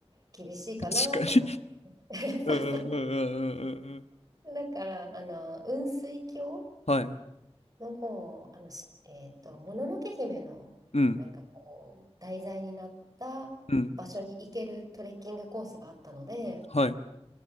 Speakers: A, on the right (about 35°); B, on the left (about 75°).
A: 厳しいかなと思って。
B: <laughs> 確かに。
A: <laughs> そうそう。
B: うんうんうんうんうんうん。
A: だから、あの、雲水峡
B: はい。
A: の方、あの、しえっと、もののけ姫のなんかこう、
B: うん。
A: 題材になった場所に行けるトレッキングコースがあったので、
B: うん。はい。